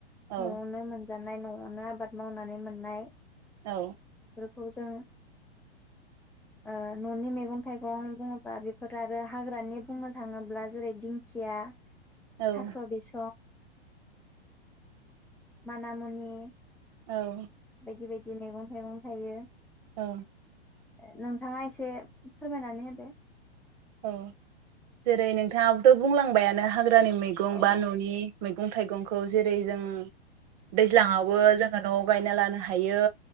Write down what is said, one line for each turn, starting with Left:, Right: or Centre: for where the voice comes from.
Right: औ
Centre: नआवनो मोन जानाय नआवनो आबाद मावनानै मोननाय।
Right: औ
Centre: खौ जों ओ ननि मैगं थाइगं बुङोब्ला बेफोर आरो हाग्रानि बुंनो थाङोब्ला जेरै दिंखिया
Right: औ
Centre: थासबिस मानामुनि।
Right: औ
Centre: बायदि बायदि मैगं थाइगं थायो।
Right: औ
Centre: नोंथाङा एसे फोरमायनानै होदो।
Right: औ जेरै नोंथाङाबोथ बुंलांबायानो हाग्रानि मैगं
Centre: औ
Right: बा ननि मै मैगं थाइगंखौ जेरै जों दैज्लाङावबो जों नआव गायना लानो हायो।